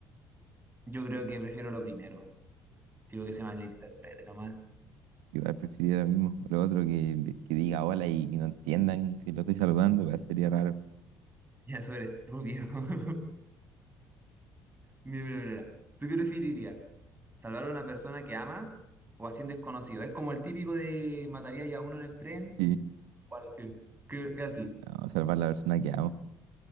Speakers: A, on the right; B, on the right.
A: Yo creo que prefiero lo primero. Tipo que se malinterprete nomás. <laughs>
B: Igual preferiría lo mismo. Lo otro que, que diga hola y que no entiendan que lo estoy saludando, pues, sería raro.
A: Ya sobre estúpido. <laughs> Mira, mira, mira. mira. ¿Tú qué preferirías? ¿Salvar a una persona que amas o a 100 desconocidos? Es como el típico de mataría ya a uno en el tren
B: Sí,
A: o a los cien Que- Casi,
B: no, salvar la persona que amo.